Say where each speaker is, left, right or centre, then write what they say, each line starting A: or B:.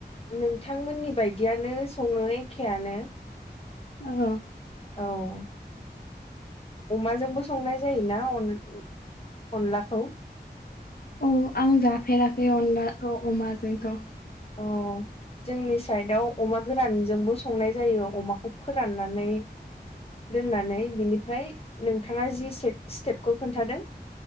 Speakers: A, on the left; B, on the left.
A: नोंथांमोननि बायदियानो सङो एखेआनो।
B: औ।
A: औ। अमाजोंबो संनाय जायोना अन अनलाखौ।
B: औ आं जाफेराखै अनला औ अमाजोंथ'।
A: अ। जोंनि साइदआव अमा गोरानजोंबो संनाय जायो अमाखौ फोराननानै। दोननानै बिनिफ्राय नोंथाङा जि स्टेपखौ खोन्थादों।